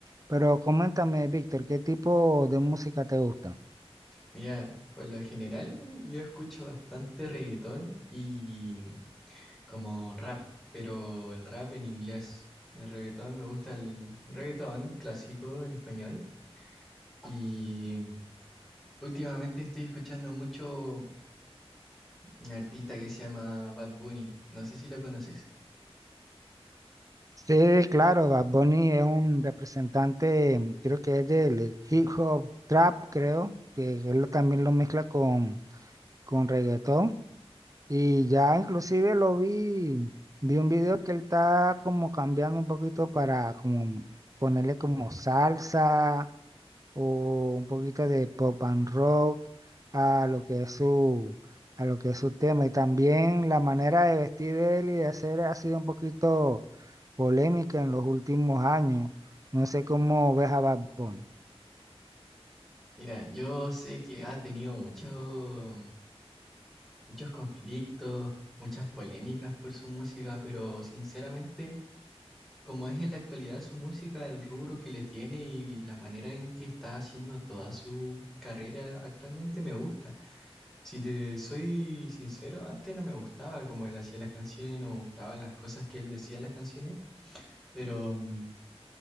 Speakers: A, on the right; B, in the centre.
A: pero coméntame, Víctor, ¿qué tipo de música te gusta?
B: Mira, por lo general, yo escucho bastante reggaetón y mm, como rap, pero el rap en inglés. El reggaetón me gusta el reggaetón clásico en español. Y Últimamente estoy escuchando mucho un artista que se llama Bad Bunny. No sé si lo conoces.
A: Sí, claro, Bad Bunny es un representante, mm, creo que es del hip hop trap, creo, que él lo- también lo mezcla con, con reggaetón. Y ya inclusive lo vi, vi un video que él está como cambiando un poquito para como ponerle como salsa o un poquito de pop and rock a lo que es su, a lo que es su tema. Y también la manera de vestir de él y de hacer ha sido un poquito polémica en los últimos años. No sé cómo ves a Bad Bunny.
B: Mira, yo sé que ha tenido mucho, muchos conflictos, muchas polémicas por su música, pero sinceramente, como es en la actualidad su música, el rubro que le tiene y la manera en que está haciendo toda su carrera actualmente me gusta. Si te soy sincero, antes no me gustaba como él hacía las canciones, no me gustaban las cosas que él decía en las canciones, pero mm,